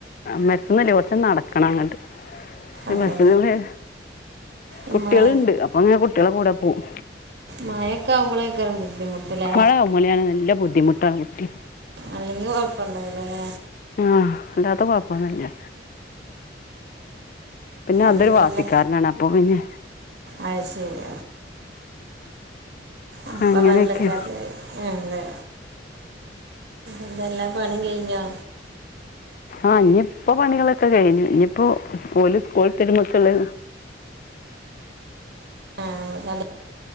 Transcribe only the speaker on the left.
മരത്തുനില കുറച്ച് നടക്കണം അങ്ങോട്ട്
ബസിന് പോയാ
കുട്ടികളുണ്ട്
അപ്പൊ അങ്ങനെ കുട്ടികളെ കൂടെ പോവും
മഴ ആവുമ്പോ നല്ല ബുദ്ധിമുട്ടാണ് കുട്ടി
ആഹ് അല്ലാതെ കുഴപ്പൊന്നൂല്ല പിന്നെ അതൊരു
വാശിക്കാരനാണ്
അപ്പൊ പിന്നെ
അങ്ങനെയൊക്കെ
ആഹ് ഇനിയിപ്പോ പണികളൊക്കെ കഴിഞ്ഞു ഇനിയിപ്പോ ഓല് സ്കൂള് വിട്ടുവരുമ്പോ മക്കള്